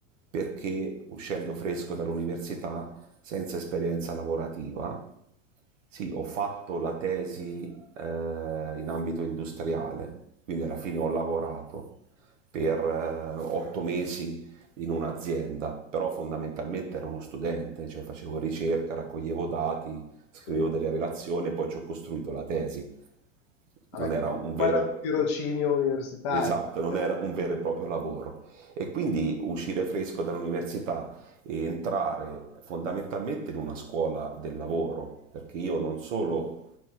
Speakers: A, on the right (about 80°); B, on the left (about 25°).
A: perché uscendo fresco dall'università senza esperienza lavorativa sì, ho fatto la tesi eh, in ambito industriale, quindi alla fine ho lavorato per eh, otto mesi in un'azienda, però fondamentalmente ero uno studente, cioè facevo ricerca, raccoglievo dati, scrivevo
B: Sì.
A: delle relazioni e poi ci ho costruito la tesi.
B: Vabbè,
A: Non
B: quello
A: era un vero
B: quello è un tirocinio universitario.
A: Esatto,
B: dai,
A: non era un vero e proprio lavoro. E quindi uscire fresco dall'università e entrare fondamentalmente in una scuola del lavoro, perché io non solo